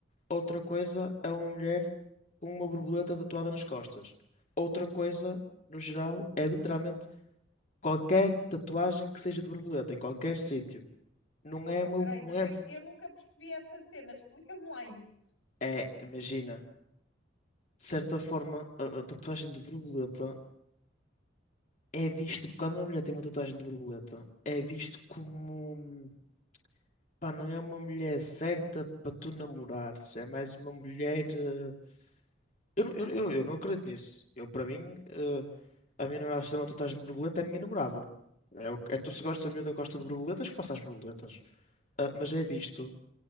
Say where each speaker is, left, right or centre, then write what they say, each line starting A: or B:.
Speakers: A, on the left (about 40°); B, on the left (about 85°).
A: outra coisa é uma mulher com uma borboleta tatuada nas costas. Outra coisa, no geral, é literalmente qualquer tatuagem que seja de borboleta, em qualquer sítio. Não
B: Ok,
A: é uma.
B: peraí,
A: Não
B: mas
A: é,
B: é que eu nunca percebi essa cena, explica-me lá isso.
A: é, imagina, de certa forma, a, a tatuagem de borboleta é visto, tipo, quando uma mulher tem uma tatuagem de borboleta, é visto como. um Pá, não é uma mulher certa para tu namorares. É mais uma mulher. eh, Eu, não- eu, eu, eu não acredito nisso. Eu, para mim, eh, a minha namorada fazer uma tatuagem de borboleta é a minha namorada. É, o- é tu se gosta, a miúda gosta de borboletas, que faça as borboletas. Ah, mas é visto,